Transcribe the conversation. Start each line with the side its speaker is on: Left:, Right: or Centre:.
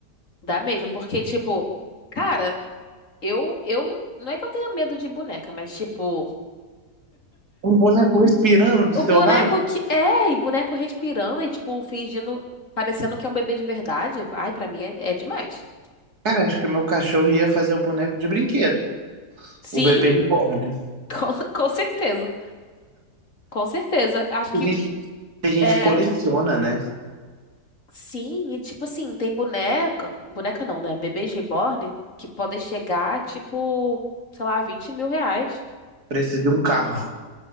Left: Dá mesmo, porque, tipo, cara, eu, eu não, não é que eu tenha medo de boneca, mas, tipo.
Right: um boneco respirando do
Left: O
Right: seu
Left: boneco
Right: lado?
Left: que. É, e boneco respirando e, tipo, fingindo. Parecendo que é um bebê de verdade. Ai, pra mim é, é demais.
Right: Cara, acho que meu cachorro ia fazer o boneco de brinquedo.
Left: Sim,
Right: O bebê reborn.
Left: <laughs> com, com certeza. Com certeza. Acho
Right: Tem
Left: que.
Right: gente, tem gente
Left: É.
Right: que coleciona, né?
Left: Sim, e tipo assim, tem boneca. Boneca não, né? Bebês reborn que podem chegar, tipo, sei lá, 20 mil reais.
Right: Preço de um carro.